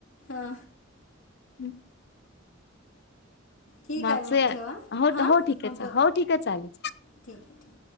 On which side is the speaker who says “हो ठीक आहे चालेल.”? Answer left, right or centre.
Left